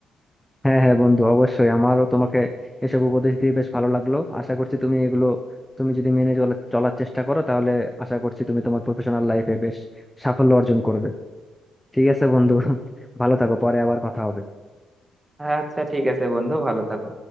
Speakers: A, in the centre; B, on the right (about 15°).
A: হ্যাঁ হ্যাঁ বন্ধু অবশ্যই আমারও তোমাকে এসব উপদেশ দিয়ে বেশ ভালো লাগলো আশা করছি তুমি এগুলো তুমি যদি মেনে চলা- চলার চেষ্টা করো তাহলে আশা করছি তুমি তোমার প্রফেশনাল লাইফে বেশ সাফল্য অর্জন করবে ঠিক আছে বন্ধু ভালো থাকো পরে আবার কথা হবে
B: আচ্ছা ঠিক আছে বন্ধু ভালো থাকো